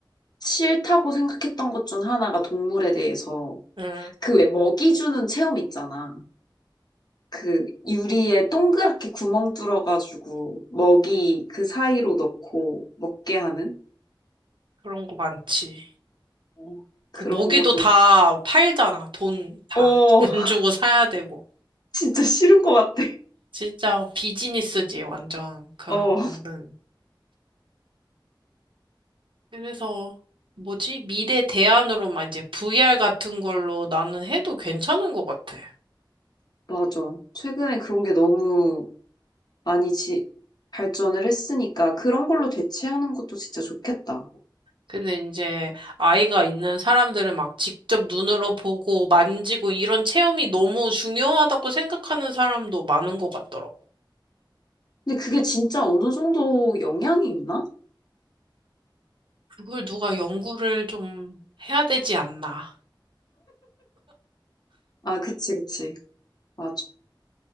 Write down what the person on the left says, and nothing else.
싫다고 생각했던 것 중 하나가 동물에 대해서
그 왜 먹이 주는 체험 있잖아. 그 유리에 동그랗게 구멍 뚫어가지고 먹이 그 사이로 넣고 먹게 하는
어, 그런
거 좀,
어,
<laughs>
진짜 싫은 것 같아.
어.
맞아. 최근에 그런 게 너무 많이 지, 발전을 했으니까 그런 걸로 대체하는 것도 진짜 좋겠다.
근데 그게 진짜 어느 정도 영향이 있나?
아, 그치, 그치. 맞아.